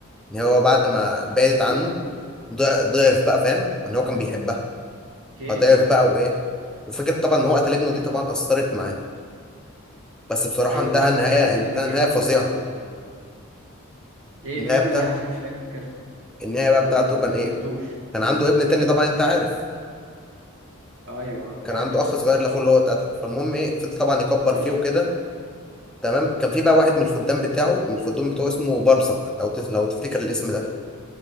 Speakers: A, in the centre; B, on the right (about 60°).
A: ان هو بعد ما بعدت عنه
B: أيوه أيوه
A: ضع- ضعف بقى فاهم ان هو كان بيحبها
B: أوكي
A: فضعف
B: تمام
A: بقى وايه وفكره طبعا ان هو قتل ابنه دي
B: ايوه
A: طبعا اثرت معاه بس بصراحه
B: ايوه
A: انتهى النهايه
B: بس ده اللي
A: انتهى
B: بيجي
A: نهايه
B: لنا
A: فظيعه
B: من ورا ال... ايه
A: النهايه
B: بقى
A: بتاع
B: النهايه عشان مش فاكر
A: النهايه بقى
B: ما
A: بتاعته كان
B: ما كملتوش
A: ايه كان عنده ابن تاني طبعا انت عارف
B: ايوه آه،
A: كان
B: فاكر
A: عنده اخ صغير لاخوه اللي هو اتقتل فالمهم ايه فضل طبعا يكبر
B: مش
A: فيه وكده تمام كان في بقى واحد من الخدام بتاعه من الخدام بتوعه اسمه برزق لو تس... لو تفتكر الاسم ده